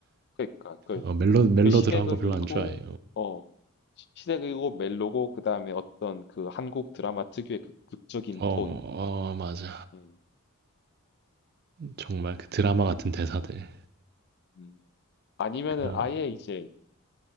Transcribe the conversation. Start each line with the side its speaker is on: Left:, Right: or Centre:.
Left: 그러니까 그,
Right: 어, 멜로 멜로
Left: 그 시대극이고,
Right: 드어거 별로 안 좋아해요.
Left: 어, 시- 시대극이고 멜로고 그다음에 어떤 그 한국 드라마 특유의 그 극적인
Right: 어, 어
Left: 톤.
Right: 맞아.
Left: 음,
Right: 정말 그 드라마 같은 대사들
Left: 음. 아니면은
Right: 그런.
Left: 아예
Right: 거.
Left: 이제